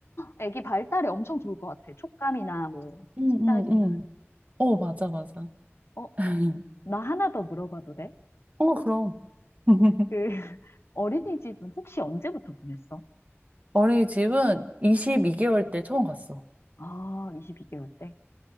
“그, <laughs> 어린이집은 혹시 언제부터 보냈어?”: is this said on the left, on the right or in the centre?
Left